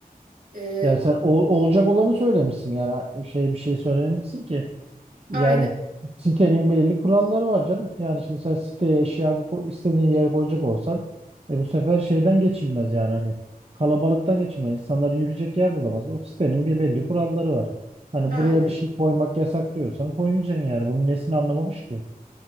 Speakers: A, on the right; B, on the right.
A: E,
B: Yani sen ol- olacak olanı söylemişsin yani şey bir şey söylememişsin ki. Yani
A: aynı,
B: sitenin belirli kuralları var canım. Yani şimdi sen siteye eşyanı ko- istediğin yere koyacak olsan e bu sefer şeyden geçilmez yani hani kalabalıktan geçilmez. İnsanlar yürüyecek yer bulamaz. O sitenin bir belli kuralları var. Hani
A: aynı.
B: buraya bir şey koymak yasak diyorsan koymayacaksın yani. Bunun nesini anlamamış ki?